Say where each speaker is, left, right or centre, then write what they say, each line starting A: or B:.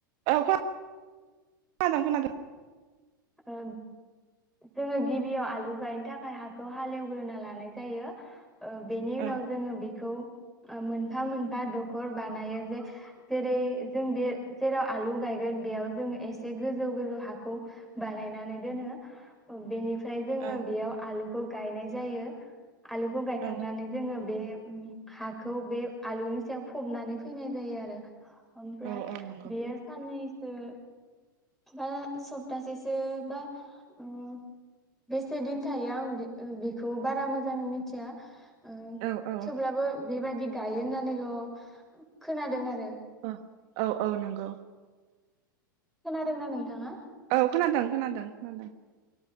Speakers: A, on the right; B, in the centre.
A: औ खोनादों खोनादों
B: ओ जोङो गिबियाव आलु गायनो थाखाय हाखौ हालेवग्रोना लानाय जायो ओ बेनि
A: औ
B: उनाव जोङो बेखौ ओ मोनफा मोनफा दखर बानायो जे जेरै जों बे जेराव आलु गायगोन बेयाव जोङो एसे गोजौ गोजौ हाखौ बानायनानै दोनो बेनिफ्राय ओमफ्राय जोङो
A: औ
B: बेयाव आलु बेखौ गायनाय जायो आलुखौ गायखांनानै
A: औ
B: जोङो बे हाखौ बे आलुनि सायाव फबनानै फैनाय जायो आरो ओमफ्राय
A: औ औ नंगौ
B: बियो साननै द <inaudible> बा सप्तासेसो बा ओ बेसे दिन थायो आं बेखौ बारा मोजाङै मिथिया ओ
A: औ औ
B: थेवब्लाबो बेबायदि गायो होननानैल खोनादों आरो
A: अ औ औ नंगौ
B: खोनादों ना नोंथाङा
A: औ खोनादों खोनादों खोनादों